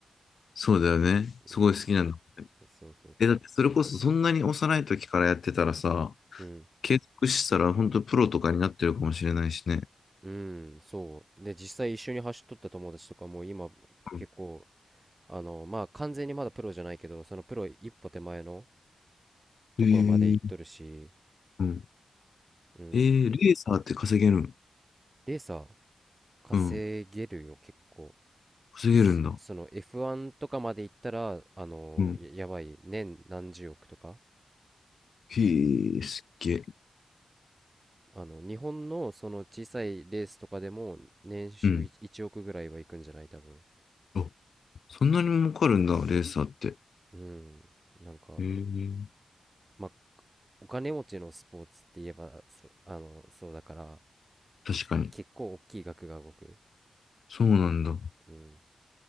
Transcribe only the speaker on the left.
そうだよね。
すごい好きなんだ。
え、だってそれこそそんなに幼い時からやってたらさ、
継続したら本当プロとかになってるかもしれないしね。
うん
へえー、うん。
えーレーサーって稼げる
うん。
稼げるんだ。
うん。
へえ、すっげえ。
うん。あ、そんなに儲かるんだ、レーサーって。
へえ
確かに。
そうなんだ。